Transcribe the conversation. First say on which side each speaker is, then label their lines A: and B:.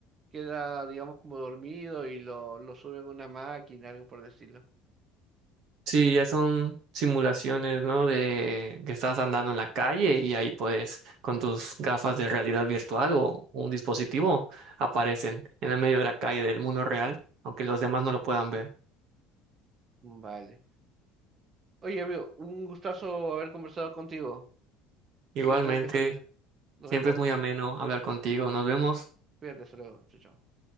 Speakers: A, on the right; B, on the right.
A: queda, digamos, como dormido y lo, lo suben a una máquina, algo por el estilo.
B: Sí, ya son simulaciones, ¿no? De que estás andando en la calle y ahí puedes, con tus gafas de realidad virtual o un dispositivo, aparecen en el medio de la calle del mundo real, aunque los demás no lo puedan ver.
A: Vale. Oye, amigo, un gustazo haber conversado contigo.
B: Igualmente.
A: Ya tengo que salir. Nos
B: Siempre
A: vemos.
B: es muy ameno hablar contigo. Nos vemos.
A: Cuídate, hasta luego. Chao, chao.